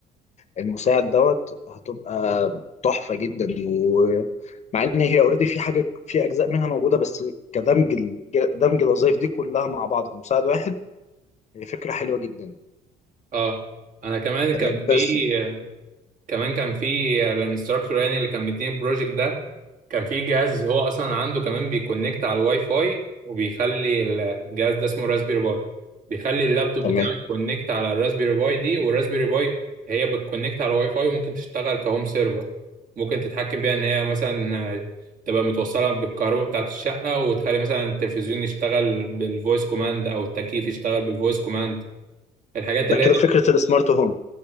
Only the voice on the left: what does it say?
المساعد دوت هتبقى تحفة جدا ومع ان هي اوريدي في حاجة في اجزاء منها موجودة بس كدمج ال- دمج الوظائف دي كلها مع بعض في مساعد واحد هي فكرة حلوة جدا
آه، بس
تمام
ده
كده
فكرة السمارت هوم